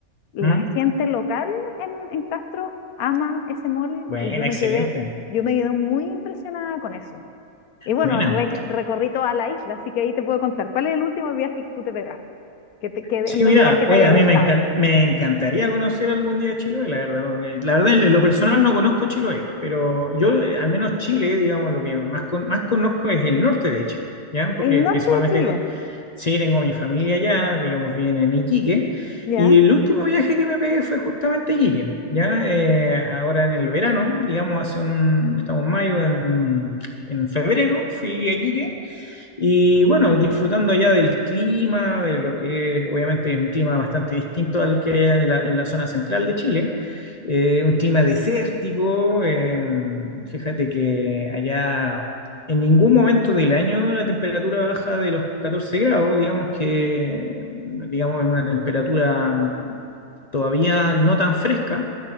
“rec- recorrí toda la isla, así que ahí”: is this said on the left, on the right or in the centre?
Left